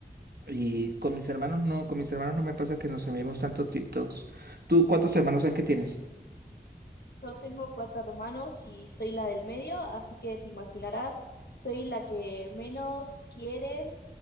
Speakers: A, on the right; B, on the left.
A: Y con mis hermanos no, con mis hermanos no me pasa que nos enviemos tantos TikToks. ¿Tú cuántos hermanos es que tienes?
B: Yo tengo cuatro hermanos y soy la del medio, así que te imaginarás, soy la que menos quieren